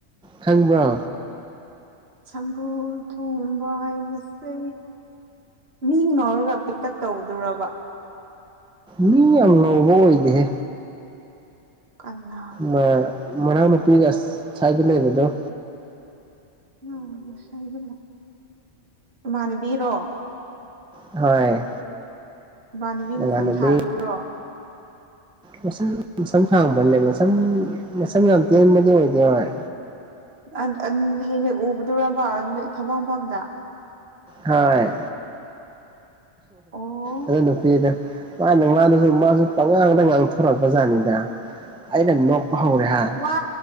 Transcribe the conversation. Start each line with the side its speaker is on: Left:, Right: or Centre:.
Centre: ꯈꯪꯕ꯭ꯔꯣ
Right: ꯁꯝꯕ꯭ꯔꯨ ꯊꯣꯡꯕ ꯍꯥꯏꯕꯁꯦ ꯃꯤ ꯉꯧꯔꯒ ꯄꯤꯛꯇꯛ ꯇꯧꯕꯗꯨꯔꯣ
Centre: ꯃꯤ ꯌꯥꯝꯅ ꯉꯧꯕ ꯑꯣꯏꯗꯦꯍꯦ
Right: ꯀꯅꯥ
Centre: ꯃꯥ ꯃꯅꯥꯎ ꯅꯨꯄꯤꯒ ꯁꯥꯏꯗꯨ ꯂꯩꯕꯗꯨꯣ
Right: <unintelligible> ꯃꯥꯟꯅꯕꯤꯔꯣ
Centre: ꯍꯣꯏ
Right: ꯏꯃꯥꯟꯅꯕꯤ
Centre: ꯅꯃꯥꯟꯅꯕꯤ
Right: ꯃꯁꯝ ꯁꯥꯡꯕꯤꯗ꯭ꯔꯣ
Centre: ꯃꯁꯝ ꯃꯁꯝ ꯁꯥꯡꯕꯅꯦ ꯃꯁꯝ ꯃꯁꯝ ꯌꯥꯝ ꯇꯦꯟꯕꯗꯤ ꯑꯣꯏꯗꯦ ꯍꯣꯢ
Right: ꯑꯟ ꯑꯟ ꯍꯦꯟꯅ ꯎꯕꯗꯨꯔꯕ ꯊꯕꯛ ꯃꯐꯝꯗ
Centre: ꯍꯣꯏ
Right: ꯑꯣ
Centre: ꯑꯗꯨ ꯅꯨꯄꯤꯗꯣ ꯃꯥꯅ ꯃꯥꯅꯁꯨ ꯃꯥꯁꯨ ꯄꯉꯥꯡꯗ ꯉꯥꯡꯊꯣꯔꯛꯄ ꯖꯥꯠꯅꯤꯗ ꯑꯩꯅ ꯅꯣꯛꯄ ꯍꯧꯔꯦ ꯍꯥ
Right: ꯃꯥ